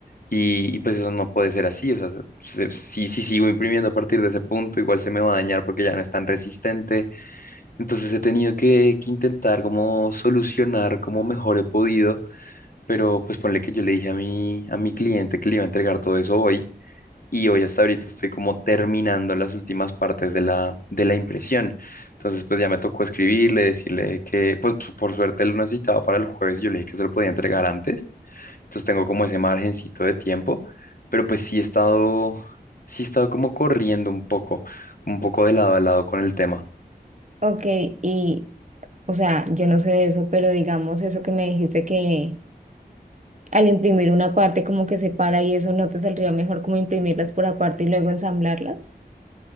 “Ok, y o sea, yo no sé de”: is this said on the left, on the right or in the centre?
Right